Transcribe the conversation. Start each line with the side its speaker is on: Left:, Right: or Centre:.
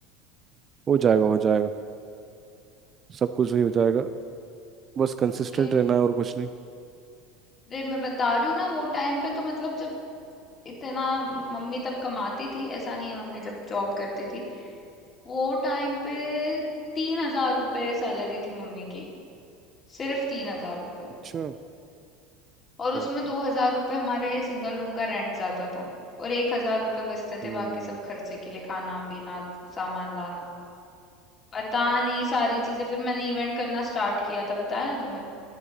Right: हो जाएगा हो जाएगा सब कुछ ही हो जाएगा बस कंसिस्टेंट
Left: है
Right: रहना है और कुछ नहीं
Left: अरे मैं बता रही हूँ ना वो टाइम पे तो मतलब जब इतना मम्मी तब कमाती थी ऐसा नहीं है मम्मी जब जॉब करती थी वो टाइम पे तीन हजार रुपये सैलरी थी मम्मी की सिर्फ तीन हजार रुपये
Right: अच्छा
Left: और उसमें
Right: बाप
Left: दो
Right: रे।
Left: हजार रुपये हमारे सिंगल रूम का रेंट जाता था और एक हजार रुपये बचते थे
Right: हम्म
Left: बाकी सब खर्चे के लिए खाना पीना सामान लाना पता नहीं सारी चीजें फिर मैंने इवेंट करना स्टार्ट किया था बताया ना तुम्हें